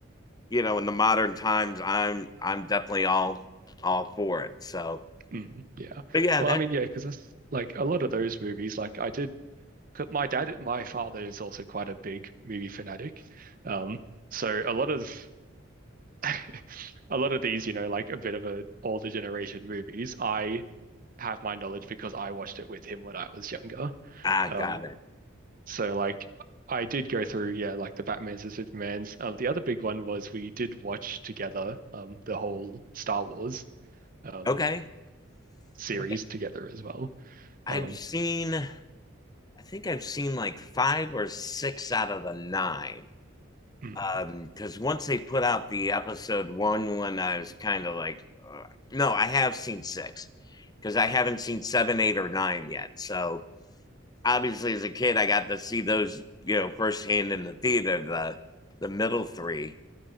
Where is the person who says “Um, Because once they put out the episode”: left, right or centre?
Left